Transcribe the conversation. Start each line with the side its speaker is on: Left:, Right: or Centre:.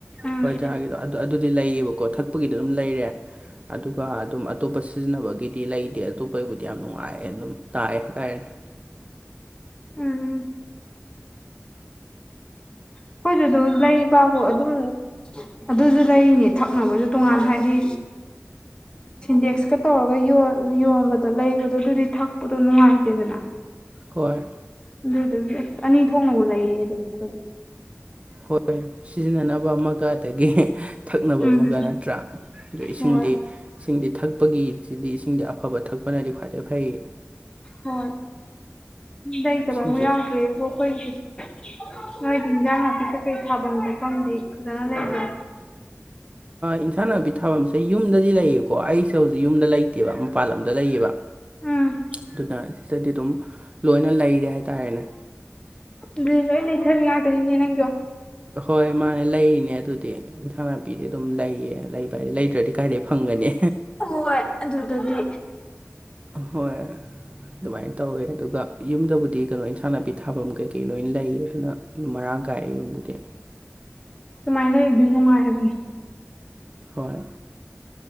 Left: ꯎꯝ
Right: ꯍꯣꯏ ꯖꯥꯒꯤꯗꯣ ꯑꯗꯨ ꯑꯗꯨꯗꯤ ꯂꯩꯌꯦꯕꯀꯣ ꯊꯛꯄꯒꯤꯗꯤ ꯑꯗꯨꯝ ꯂꯩꯔꯦ ꯑꯗꯨꯒ ꯑꯗꯨꯝ ꯑꯇꯣꯞꯄ ꯁꯤꯖꯤꯟꯅꯕꯒꯤꯗꯤ ꯂꯩꯇꯦ ꯑꯇꯣꯞꯄꯩꯕꯨꯗꯤ ꯌꯥꯝ ꯅꯨꯡꯉꯥꯏ ꯑꯗꯨꯝ ꯇꯥꯏ ꯍꯥꯏꯇꯥꯔꯦꯅꯦ
Left: ꯎꯝ ꯑꯩꯈꯣꯏꯗꯨꯗ ꯂꯩꯕꯕꯨ ꯑꯗꯨꯝ ꯑꯗꯨꯁꯨ ꯂꯩꯅꯦ ꯊꯛꯅꯕꯁꯨ ꯇꯣꯉꯥꯟꯅ ꯍꯥꯏꯗꯤ ꯁꯤꯟꯗꯦꯛꯁꯀ ꯇꯧꯔꯒ ꯌꯣꯟꯕꯗꯣ ꯂꯩꯕꯗꯣ ꯑꯗꯨꯗꯤ ꯊꯛꯄꯗꯣ ꯅꯨꯡꯉꯥꯏꯇꯦꯗꯅ
Right: ꯍꯣꯏ
Left: ꯑꯗꯨꯗꯨꯗꯤ ꯑꯁ ꯑꯅꯤ ꯊꯣꯛꯅꯕꯨ ꯂꯩꯌꯦ ꯑꯗꯨꯝ ꯑꯩꯈꯣꯏ
Right: ꯍꯣꯏ ꯁꯤꯖꯤꯟꯅꯅꯕ ꯑꯃꯒꯗꯒꯤ ꯊꯛꯅꯕ
Left: ꯎꯝ
Right: ꯑꯃꯒ ꯅꯠꯇ꯭ꯔꯥ ꯑꯗꯣ ꯏꯁꯤꯡꯗꯤ
Left: ꯍꯣꯏ
Right: ꯏꯁꯤꯡꯗꯤ ꯊꯛꯄꯒꯤꯁꯤꯗꯤ ꯏꯁꯤꯡꯗꯤ ꯑꯐꯕ ꯊꯛꯄꯅꯗꯤ ꯈ꯭ꯋꯥꯏꯗꯩ ꯐꯩꯌꯦ
Left: ꯍꯣꯏ ꯂꯩꯇꯕ
Right: ꯏꯁꯤꯡꯁꯦ
Left: ꯑꯃ ꯌꯥꯎꯗ꯭ꯔꯦ ꯑꯩꯈꯣꯏꯒꯤꯁꯤ ꯅꯣꯏꯗꯤ ꯏꯟꯖꯥꯡ ꯅꯥꯄꯤ ꯀꯀꯩ ꯊꯥꯐꯝ ꯆꯣꯠꯐꯝꯗꯤ ꯐꯖꯅ ꯂꯩꯕ꯭ꯔꯦ
Right: ꯏꯟꯁꯥꯡ ꯅꯥꯄꯤ ꯊꯥꯐꯝꯁꯦ ꯌꯨꯝꯗꯗꯤ ꯂꯩꯌꯦꯀꯣ ꯑꯩꯁꯦ ꯍꯧꯖꯤꯛ ꯌꯨꯝꯗ ꯂꯩꯇꯦꯕ ꯃꯄꯥꯟ ꯂꯝꯗ ꯂꯩꯌꯦꯕ
Left: ꯎꯝ
Right: ꯑꯗꯨꯅ ꯁꯤꯗꯗꯤ ꯑꯗꯨꯝ ꯂꯣꯏꯅ ꯂꯩꯔꯦ ꯍꯥꯏꯇꯥꯔꯦꯅꯦ
Left: ꯑꯗꯨ ꯂꯣꯏ ꯂꯩꯊꯕꯤ ꯉꯥꯛꯇꯅꯤꯅꯦ ꯅꯪꯁꯨꯣ
Right: ꯍꯣꯏ ꯃꯥꯅꯦ ꯂꯩꯔꯤꯅꯦ ꯑꯗꯨꯗꯤ ꯏꯟꯊꯥꯡ ꯅꯥꯄꯤꯗꯤ ꯑꯗꯨꯝ ꯂꯩꯌꯦ ꯂꯩꯕ ꯍꯥꯏꯗꯤ ꯂꯩꯇ꯭ꯔꯗꯤ ꯀꯥꯏꯗꯩ ꯐꯪꯒꯅꯤ
Left: ꯍꯣꯏ ꯑꯗꯨꯗꯗꯤ
Right: ꯑꯍꯣꯏ ꯑꯗꯨꯃꯥꯏꯅ ꯇꯧꯋꯦ ꯑꯗꯨꯒ ꯌꯨꯝꯗꯕꯨꯗꯤ ꯀꯩꯅꯣ ꯑꯣꯏꯅ ꯊ ꯁꯥꯡ ꯅꯥꯄꯤ ꯊꯥꯐꯝ ꯀꯩꯀꯩ ꯂꯣꯏꯅ ꯂꯩ ꯑꯗꯨꯅ ꯃꯔꯥꯡ ꯀꯥꯏ ꯑꯩ ꯌꯨꯝꯗꯗꯤ
Left: ꯑꯗꯨꯃꯥꯏꯅ ꯂꯩꯕꯗꯨ ꯅꯨꯡꯉꯥꯏ ꯍꯥꯏꯕꯅꯤ
Right: ꯍꯣꯏ